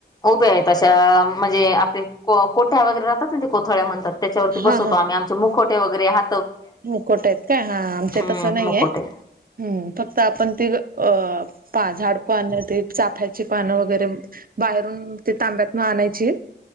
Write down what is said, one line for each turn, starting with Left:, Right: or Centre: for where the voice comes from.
Left: उभे आहे तशा म्हणजे आपले कोठ्या वगैरे राहतात ना ते कोथळ्या म्हणतात त्याच्यावरती बसतो
Right: हा हा
Left: आम्ही आमचे मुोटे वगैरे ह
Right: मुकोट आहेत काय हा आमच्या
Left: हम्म
Right: तसं नाहीय
Left: मुकोटे
Right: हम्म फक्त आपण ती अ पा झाड पा आणि ते चाफ्या पानं वगैरे बाहेरून ते तांब्यातन आणायची